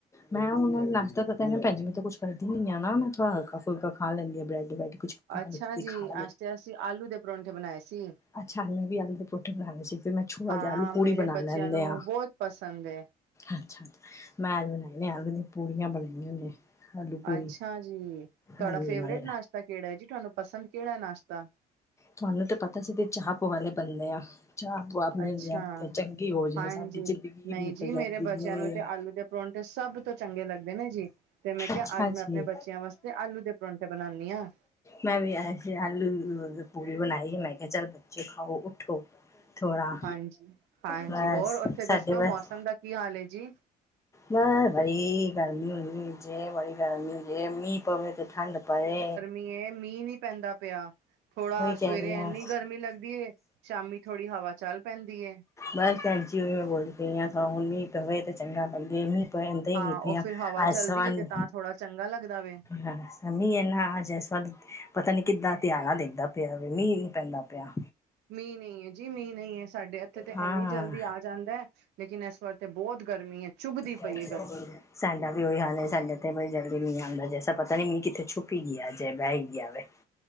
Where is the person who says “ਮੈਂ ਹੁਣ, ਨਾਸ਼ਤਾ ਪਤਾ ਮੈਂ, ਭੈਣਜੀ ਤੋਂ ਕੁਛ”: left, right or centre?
Left